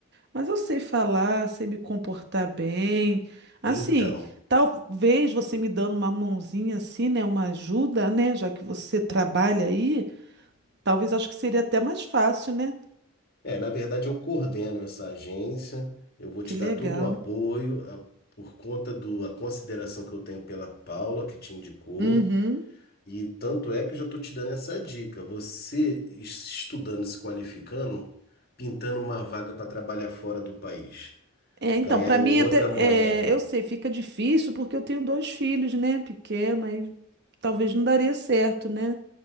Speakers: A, on the right; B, on the left.
A: Mas eu sei falar, sei me comportar bem. Assim,
B: Então,
A: talvez você me dando uma mãozinha assim, né? Uma ajuda, né? Já que você trabalha aí, talvez acho que seria até mais fácil, né?
B: é, na verdade, eu coordeno essa agência, eu vou te
A: Que legal.
B: dar todo o apoio, a- por conta do, a consideração que eu tenho pela Paula, que te indicou.
A: Uhum.
B: E tanto é que eu já estou te dando essa dica. Você es- estudando, se qualificando, pintando uma vaga para trabalhar fora do país,
A: É,
B: ganhar
A: então, para
B: em
A: mim
B: outra
A: até,
B: moeda.
A: é, eu sei, fica difícil porque eu tenho dois filhos, né? Pequeno, aí talvez não daria certo, né?